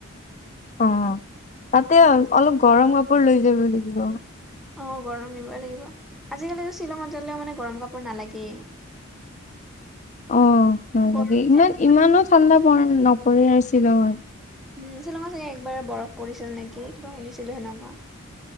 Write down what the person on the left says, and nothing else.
অ তাতে
অলপ গৰম কাপোৰ লৈ যাব লাগিব।
<inaudible> অ নালাগে
ইমান
ইমানো ঠাণ্ডা নপৰে আৰু শ্বিলঙত।